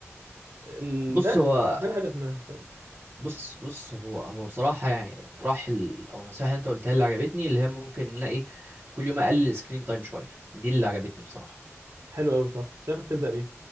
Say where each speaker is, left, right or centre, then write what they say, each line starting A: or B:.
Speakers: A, on the right; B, on the right.
A: ال-
B: بص
A: ده
B: هو
A: ده الهدف منها فاهم
B: بص بص هو هو بصراحه يعني اقتراح ال- او النصيحه اللي انت قلتها اللي عجبتني اللي هي ممكن نلاقي كل يوم اقلل سكرين تايم شويه دي اللي عجبتني بصراحه
A: حلو قوي بصح شايفك تبدا بيها